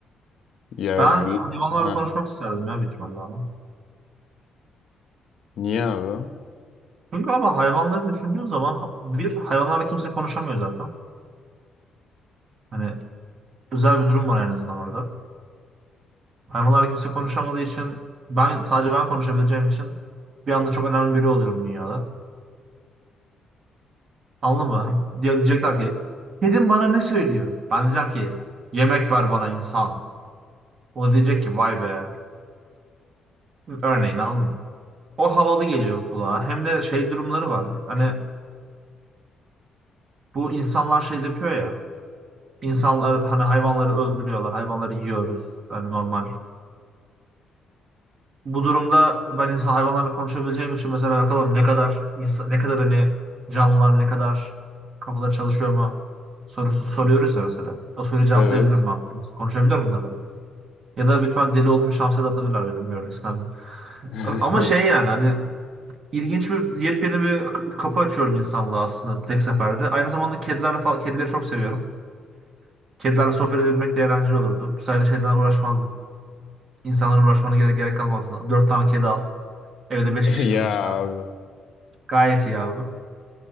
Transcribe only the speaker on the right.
Ben hayvanlarla
konuşmak isterdim ya büyük ihtimalle ama.
Çünkü ama hayvanları düşündüğün zaman ha- bir hayvanlarla kimse konuşamıyor zaten. Hani özel bir durum var en azından orada. Hayvanlarla kimse konuşamadığı için ben sadece ben konuşabileceğim için bir anda çok önemli biri oluyorum dünyada. Anladın mı? Hani Diye- Diyecekler ki kedim bana ne söylüyor? Ben diyeceğim ki yemek ver bana insan. O da diyecek ki vay be. Örneğin anladın mı? O havalı geliyor kulağa. Hem de şey durumları var. Hani bu insanlar şey yapıyor ya. İnsanlar hani hayvanları öldürüyorlar. Hayvanları yiyoruz. Yani normal. Bu durumda ben insan hayvanlarla konuşabileceğim için mesela bakalım ne kadar insan- ne kadar hani canlılar ne kadar kafaları çalışıyor mu sorusu soruyoruz ya mesela. O soruyu cevaplayabilirim
ben. Konuşabilir miyim bunlarla? ben. Ya da lütfen deli olduğum şamsa da atabilirler beni bilmiyorum istemiyorum.
Ama şey yani hani ilginç bir yepyeni bir kapı açıyorum insanlığa aslında tek seferde. Aynı zamanda kedilerle falan kedileri çok seviyorum. Kedilerle sohbet edebilmek de eğlenceli olurdu. Bu sayede şeyden uğraşmazdım. İnsanlara uğraşmana gerek, gerek kalmazdı. Dört tane kedi al. Evde beş kişisiniz.
Gayet iyi abi.